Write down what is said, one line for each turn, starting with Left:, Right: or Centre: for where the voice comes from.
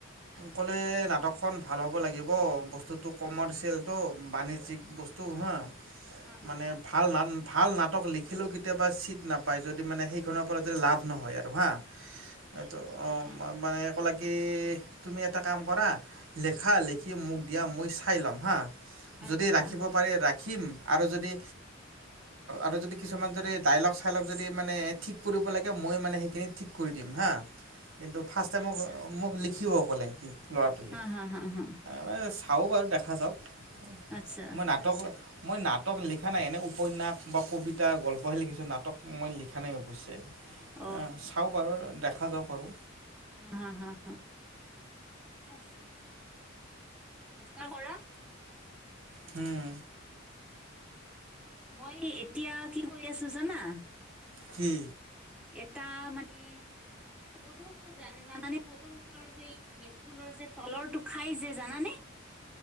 Right: ক'লে নাটকখন ভাল হ'ব লাগিব বস্তুটো
Centre: হা
Right: কমাৰ্চিয়েল।
Centre: হা
Right: ত' বাণিজ্যিক বস্তু হা
Centre: হা হা
Right: মানে ভাল ভাল নাট ভাল নাটক লিখিলেও কেতিয়াবা চিট নাপায়। যদি মানে সেইখনৰ পৰা যদি লাভ নহয় ইয়াৰ। অহা এইটো অহ' মানে কি তুমি এটা কাম কৰা লিখা লিখি মোক দিয়া মই চাই ল'ম হা
Centre: আচ্ছা
Right: যদি ৰাখিব পাৰি ৰাখিম আৰু যদি আৰু যদি কিছুমান যদি ডাইলগ চাইলগ যদি মানে ঠিক কৰিব লাগে। মই মানে সেইখিনি ঠিক কৰি দিম হা। কিন্তু ফাৰ্ষ্ট টাই মোক মোক লিখিব ক'লে সি ল'ৰাটোৱে।
Centre: হা হা হা হা
Right: তাৰ চাওঁ বাৰু দেখা যাওঁক।
Centre: আচ্ছা
Right: মই নাটক মই নাটক লিখা নাই এনেও। উপন্যাস বা কবিতা গল্পহে লিখিছোঁ। নাটক মই লিখা নাই অৱশ্যো অহ'চাওঁ।
Centre: অ
Right: বাৰু দেখা যাওঁক আৰু।
Centre: হা হা হা ঠিকে আছে। নাষ্টা কৰা।
Right: হ'ম।
Centre: মই এতিয়া কি কৰি আছোঁ জানা।
Right: কি
Centre: এটা মানে পদুম ফুল জানানে পদুম ফুলৰ যে ভেট ফুলৰ যে তলৰটো খাই যে জানানে?